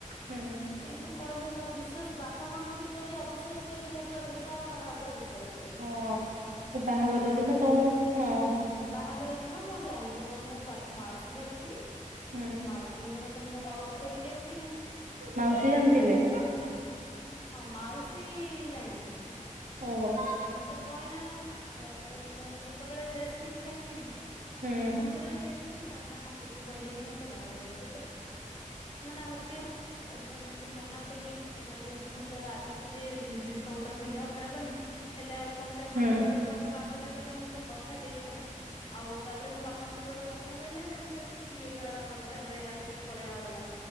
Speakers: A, on the right; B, on the left.
A: ହୁଁ
B: ଏମିତି କହିଲେ ତ ବିଶ୍ୱାସ ବାପା ମାଆଙ୍କଠୁ ଯଦି ଅବିଶ୍ୱାସ କରିକି ଧୋକା ଦେବେ ତ ଆଉ କାହା ଉପରେ ବିଶ୍ୱାସ?
A: ହଁ ବାହାଘର ଦିନ ତୁ ହଁ ହଁ।
B: ହୁଁ ବାହାଘର ଦିନ ମୁଁ ଜାଣିଲି ମାନେ ମୁଁ ମାଉସୀ ଘରେ ଥିଲି ସେ
A: ହୁଁ
B: ମାଉସୀ ମତେ ମୋ ମାଉସି ଧରିକି ଆସିଥିଲେ।
A: ମାଉସୀ ଜାଣି
B: ଆଉ
A: ଥିଲେ।
B: ହଁ ମାଉସୀ ଜାଣିଥିଲେ।
A: ହୁଁ ହୁଁ।
B: ଯେ ମତେ କହିନାହାନ୍ତି ତାପରେ ମୁଁ ଯେତେବେଳେ ଡ୍ରେସ ପିନ୍ଧିକି ଆସିଲି।
A: ହୁଁ
B: ମନ୍ଦିରରେ ଦେଖିଲି ତାପରେ ହଁ ସେଠି କହିଲେ କି ମତେ ବାହାଘର ହଉଛି ସେତ ସେମାନେ ତି ତାପରେ ସେଠି ମନା କଲି ମୁଁ ଏଦି ମୁଁ ତ ରାଗିଥିଲି ଜିନିଷ ପତ୍ର ଫିଙ୍ଗା ଫୋପଡା କଲି ହେଲେ ଆଉ କଣ ସେମାନଙ୍କ
A: ହୁଁ
B: ଆଗରେ ତ ମୋ ବାପା ତ କହିଲେ ମୁଁ ତ କଥା ଦେଇ ସାରିଛି। ଆଉ ତାପରେ ମୋ ବାପା ମତେ ଗୋଟେ କଥା କହିଲା ଯେ ମୁଁ କହିଁଲି ଛିି ଏଇଭଳିଆ ବାପା ପାଖରେ ରହିବାଅପେକ୍ଷା ପଳେଇବା ଭଲ।